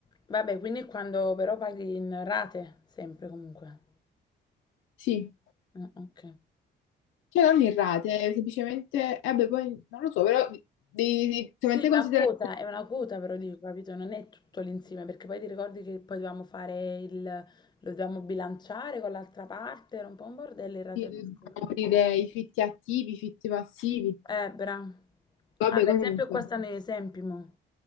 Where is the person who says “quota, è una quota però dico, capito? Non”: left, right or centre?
Left